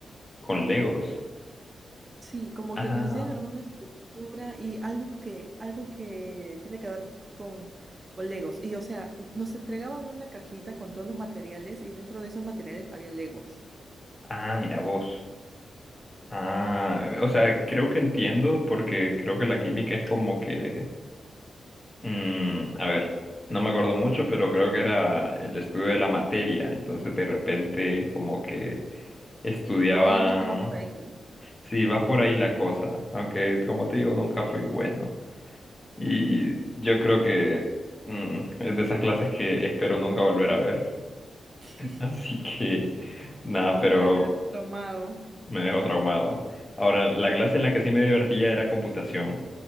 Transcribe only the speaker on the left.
Con Legos.
Ah,
ah, mira vos. Ah, o sea, creo que entiendo porque creo que la química es como que, mm, a ver, no me acuerdo mucho, pero creo que era el estudio de la materia. Entonces de repente como que estudiaban,
sí, va por ahí la cosa, aunque como te digo, nunca fui bueno. Y yo creo que mm, es de esas clases que espero nunca volver a ver.
Así que, nada, pero
me dejó traumado. Ahora, la clase en la que sí me divertía era computación,